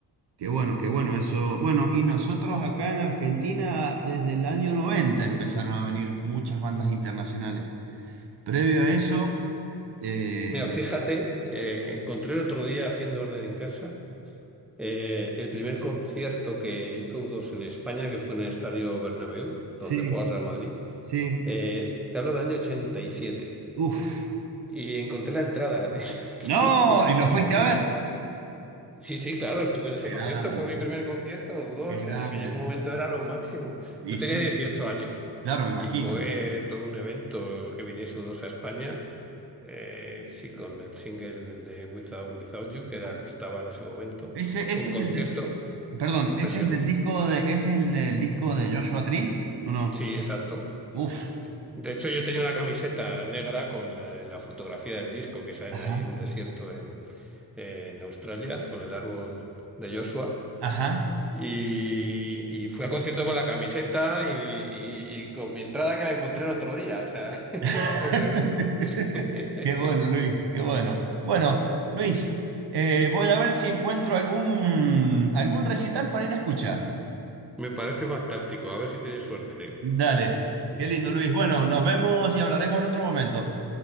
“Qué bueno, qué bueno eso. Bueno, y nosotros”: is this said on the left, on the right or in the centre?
Right